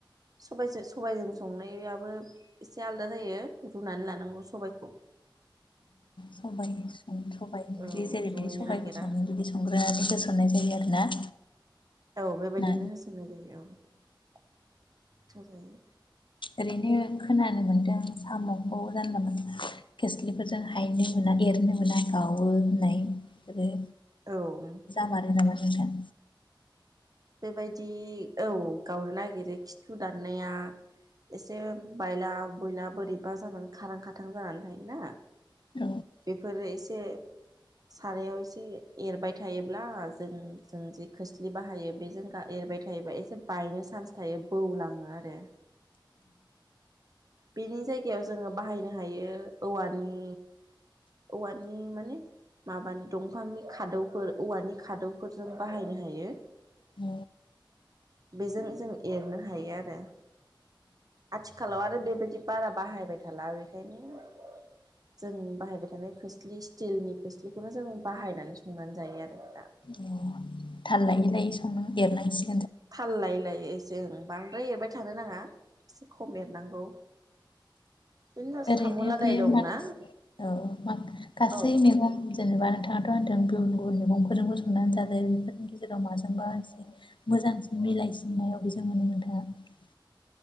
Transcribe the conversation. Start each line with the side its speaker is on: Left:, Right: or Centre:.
Right: सबायजो सबायजों। संनायाबो एसे आलादा जायो। रुनानै लानांग सबायखौ।
Left: सबाइ सबाइ ओंख्रि
Right: औ
Left: जेरैबायदि
Right: रुइनो
Left: सबाइखौ
Right: नागिरा
Left: सङो बिदि संग्रोनानै होसननाय जायो आरोना?
Right: औ बेबायदिनो
Left: ना
Right: होसननाय जायो औ। गोथाव जायो।
Left: ओरैनो खोना। जानो मोन्दों सामखौ जानला मोनला खोस्लिफोरजों हायनो मोना एरनो मोना गावो होननाय आरो।
Right: औ
Left: जामारो नामा? नोंथां।
Right: बेबायदि औ गावनो नागिरो खिथु दाननाया एसे बायला बुइला बोरैबा जानानै खारां खाथां जानानै थायोना
Left: औ
Right: बेफोरो एसे सारायाव एसे एरबाय थायोब्ला जों जों जे खोस्लि बाहायो। बेजों एरबाय थायोबा एसे बायनो चान्स थायो बौलाङो आरो। बेनि जायगायाव जोङो बाहायनो हायो औवानि औवानि माने माबानि दंफांनि खादौफोर औवानि खादौफोरजों बाहायनो हायो
Left: अ
Right: बेजों जों एरनो हायो आरो आथिखालाव आरो। बेबायदि बारा बाहायबाय थाला बेखायनो जों बाहायबाय थानाय खोस्लि स्टिलनि खोस्लिखौनो जों बाहायनानै संनानै जायो आरो दा।
Left: अ थाल लायै लायै संना एरनांसि
Right: थाल लायैलायै एसे ओं बांद्राय एरबाय थानो नाङा खम एरनांगौ। बिनि उनाव
Left: ओरैनो
Right: साम' लादाय
Left: बे
Right: दंना
Left: माखासे औ गासै
Right: औ
Left: मैगं जेनेबा नोंथाङाथ' होनदों। गुबुन गुबुन मैगंफोरजोंबो संनानै जा जायो बेफोरनि गेजेराव माजोंबा एसे मोजांसिन मिलायसिननायाव अबेजों मोनो मोनो नोंथांआ?